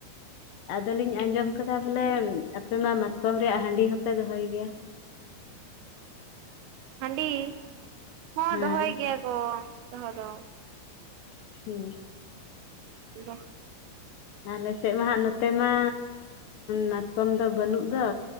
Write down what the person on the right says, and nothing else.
ᱦᱟᱺᱰᱤ ᱦᱚᱸ
ᱫᱚᱦᱚᱭ ᱜᱮᱭᱟ ᱠᱚ ᱫᱚᱦᱚ ᱫᱚ
ᱫᱚ